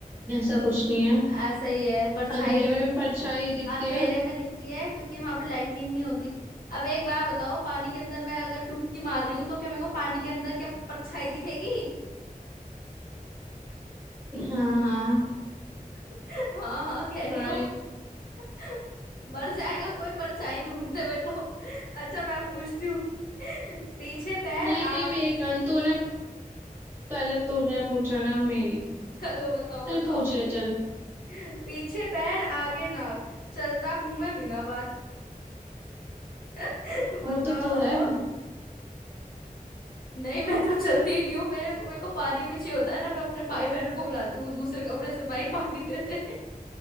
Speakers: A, on the right (about 15°); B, on the left (about 85°).
A: ऐसा कुछ नहीं है
B: ऐसा ही है परछाई
A: अंधेरे में भी परछाई दिखती
B: अंधेरे
A: है
B: में दिखती है क्योंकि वहां पे लाइटनिंग नहीं होती अब एक बार बताओ पानी के अंदर मैं अगर डुबकी मार रही हूँ तो क्या मेरे को पानी के अंदर क्या परछाई दिखेगी
A: हाँ हाँ
B: <laughs> हाँ हाँ कह रही
A: ट्राई
B: हो <laughs> मर जाएगा कोई परछाई ढूंढते हुए तो <laughs> अच्छा मैं पूछती हूँ <laughs> पीछे पैर
A: नहीं
B: आगे
A: नहीं मेरी टर्न तूने पहले तूने पूछा
B: <laughs>
A: ना मेरी
B: चलो बताओ
A: चल
B: बताओ
A: पूछ ले चल
B: <laughs> पीछे पैर आगे नाक चलता हूं मैं बिना बात <laughs> बताओ
A: वो तो तू है
B: नहीं मैं तो चलती ही नहीं हूँ मेरे को मेरे को पानी भी चाहिए होता है ना मैं अपने भाई बहनों को बुलाती हूँ दूसरे कमरे से भाई पानी दे दे